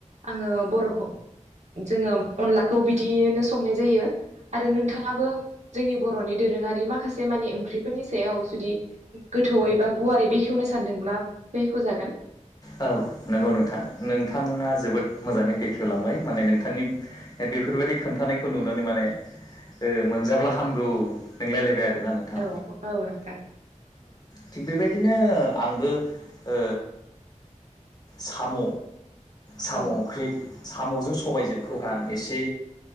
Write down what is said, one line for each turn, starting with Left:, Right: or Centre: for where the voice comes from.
Right: आङो बर'खौ जोङो अनलाखौ बिदियैनो संनाय जायो आरो नोंथाङाबो जोंनि बर'नि दोरोङारि माखासे मानि ओंख्रिफोरनि सायाव जुदि गोथौयै बा गुवारै बेखेवनो सानदोंब्ला बेखेवजागोन
Left: औ औ नंगौ नोंथां नोंथाङा जोबोद मोजाङै बेखेवलांबाय माने नोंथांनि बेफोर बेबायदि खोन्थानायखौ नुनानै माने मोनजाब्ला हामगौ नोंलायलायबाय आरोना नोंथां
Right: औ औ नोंथां
Left: थिग बेबायदि बिदिनो आंबो ओ साम' साम'
Right: औ
Left: ओंख्रि साम'जों सबायजोंखौह आं एसे